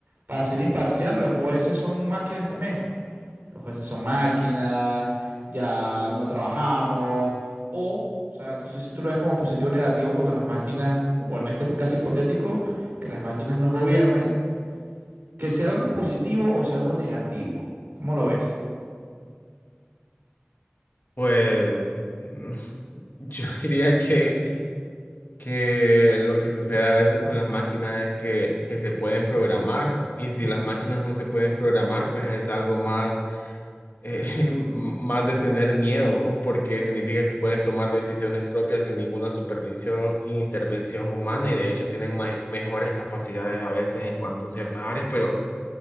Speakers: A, on the right; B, on the left.
A: para ser imparcial, los jueces son máquinas también. Los jueces son máquinas, ya no trabajamos. O, o sea, no sé si tú lo ves como positivo o negativo cuando las máquinas, o en este caso hipotético, que las máquinas nos gobiernen, que sea algo positivo o sea algo negativo. ¿Cómo lo ves?
B: Pues <laughs> yo diría que que lo que sucede a veces con las máquinas es que, que se pueden programar y si las máquinas no se pueden programar, pues es algo más, eh, <laughs> más de tener miedo, porque significa que pueden tomar decisiones propias sin ninguna supervisión e intervención humana y de hecho tienen ma- mejores capacidades a veces en cuanto a ciertas áreas, pero